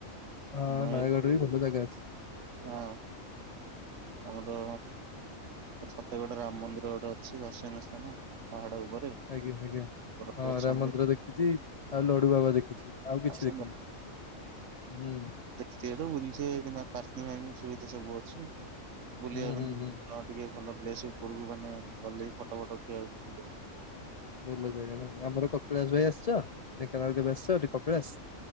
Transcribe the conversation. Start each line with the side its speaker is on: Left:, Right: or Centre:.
Left: ହଁ
Right: ନୟାଗଡ଼ରୁ
Left: ନୟାଗଡ଼ରେ ବି ଭଲ ଜାଗା ଅଛି।
Right: ହଁ ଆମର ଛତେ ଗୋଟେ ରାମ ମନ୍ଦିର ଗୋଟେ ଅଛି ଦର୍ଶନୀୟ ସ୍ଥାନ ପାହାଡ ଉପରେ।
Left: ଆଜ୍ଞା ଆଜ୍ଞା,
Right: ପ୍ରଭୁ
Left: ହଁ
Right: ଅଛନ୍ତି
Left: ରାମ ମନ୍ଦିର ଦେଖିଛି ଆଉ ଲଡୁବାବା ଦେଖିଛି ଆଉ କିଛି
Right: ଆସନ୍ତୁ
Left: ଦେଖିନି। ହୁଁ
Right: ଦେଖିଚି ହେଟୁ ବୁଲିଛେ କିମ୍ବା ପାର୍କିଂ ଫାର୍କିଂ ସୁବିଧା ସବୁ ଅଛି, ବୁଲିବା
Left: ହୁଁ ହୁଁ
Right: ପାଇଁ
Left: ହୁଁ।
Right: ଭଲ ଟିକେ ଭଲ ପ୍ଲେସ୍ ଉପରକୁ ମାନେ ଗଲେବି ଫଟୋ ଫଟ ଉଠେଇବାକୁ <unintelligible>
Left: ଭଲ ଜାଗା ନାଇଁ, ଆମର କପିଳାସ ଭାଇ ଆସିଛ ଢେଙ୍କାନାଳ କେବେ ଆସିଛ ଏଠି କପିଳାସ?